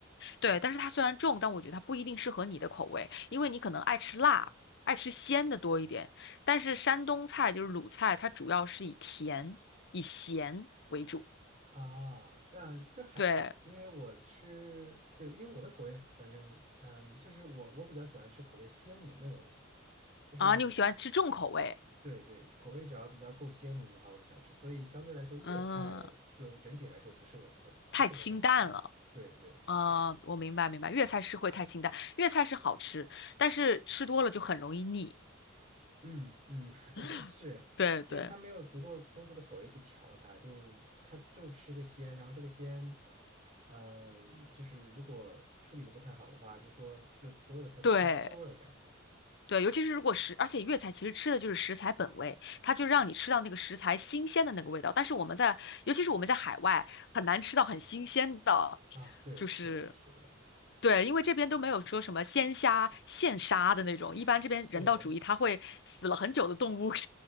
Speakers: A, on the left; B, on the right.
A: 对，但是它虽然重，但我觉得它不一定适合你的口味，因为你可能爱吃辣，爱吃鲜的多一点，但是山东菜就是鲁菜，它主要是以甜以咸为主，
B: 啊，那这还好，
A: 对
B: 因为我吃，对，因为我的口味反正，嗯，就是我我比较喜欢吃口味鲜明的东西，就是
A: 啊，你喜欢吃重口味。
B: 对对，口味只要比较够鲜明的话，我就喜欢吃。所以相对来说，粤菜就整体来说不是我太不是我很喜欢。
A: 嗯，太清淡了。
B: 对对，是这样的。
A: 啊、我明白明白，粤菜是会太清淡，粤菜是好吃，但是吃多了就很容易腻。
B: 嗯嗯，
A: <laughs>
B: <laughs> 是因为它没有足够丰富的口味去调它，
A: 对对
B: 就它就吃个鲜，然后这个鲜，嗯，就是如果处理的不太好的话，就说就所有的菜都差不多的味儿感觉
A: 对对，尤其是如果食，而且粤菜其实吃的就是食材本味，它就让你吃到那个食材新鲜的那个味道。但是我们在，尤其是我们在海外，很难吃到很新鲜的，
B: 啊，对，
A: 就是
B: 是的，是的，
A: 对，因为这边都没有说什么鲜虾现杀的那种，
B: <laughs>
A: 一般这边人道主义，
B: 是
A: 它会死了很久的动物给，